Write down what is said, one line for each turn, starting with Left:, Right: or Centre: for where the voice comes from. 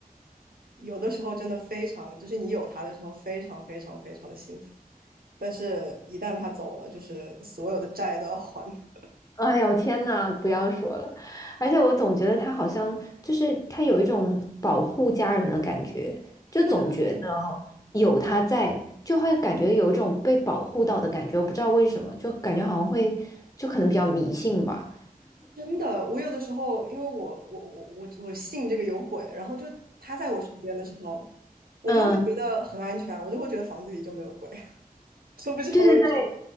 Right: 有的时候真的非常，就是你有它的时候非常非常非常的幸福，但是一旦它走了，就是所有的债都要还。<laughs>
Left: 哎呦天呐，不要说了！而且我总觉得他好像就是他有一种保护家人的感觉，就总觉得
Right: 对对对，
Left: 有他在，就会感觉有一种被保护到的感觉。我不知道为什么，就感觉好像会，就可能比较迷信吧。
Right: 真的，我有的时候，因为我我我我我信这个有鬼，然后就他在我身边的时候，我就会觉得很安全，
Left: 嗯，
Right: 我就会觉得房子里就没有鬼，<laughs> 说不知道为什么。
Left: 对对对，